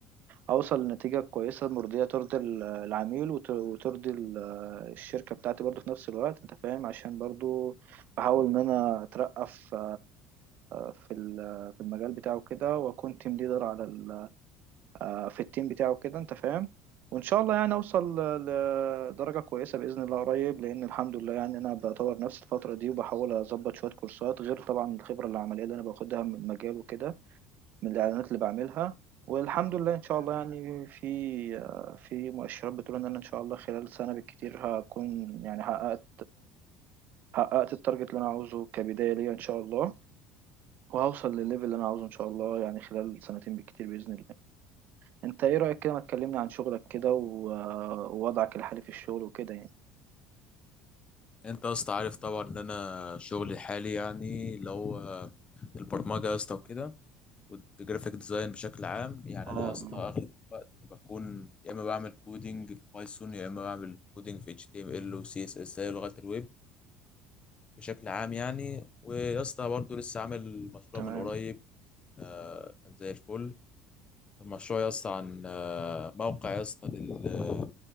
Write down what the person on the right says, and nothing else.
اوصل لنتيجة كويسة مرضية ترضي ال- العميل وت... وترضي ال- الشركة بتاعتي برضو في نفس الوقت انت فاهم عشان برضو بحاول ان انا اترقى في في ال- في المجال بتاعه كده واكون تيم ليدر على ال... في التيم بتاعه كده انت فاهم وان شاء الله يعني اوصل ل- لدرجه كويسه باذن الله قريب لان الحمد لله يعني انا بطور نفسي الفتره دي وبحاول اظبط شويه كورسات غير طبعا الخبره العمليه اللي انا باخدها من المجال وكده من الاعلانات اللي بعملها والحمد لله ان شاء الله يعني في في مؤشرات بتقول ان انا ان شاء الله خلال سنه بالكتير هكون يعني حققت حققت التارجت اللي انا عاوزه كبدايه ليا ان شاء الله وهوصل للليفل اللي انا عاوزه ان شاء الله يعني خلال سنتين بالكتير باذن الله انت ايه رأيك كده ما تكلمني عن شغلك كده و- ووضعك الحالي في الشغل وكده يعني
اه
اه
تمام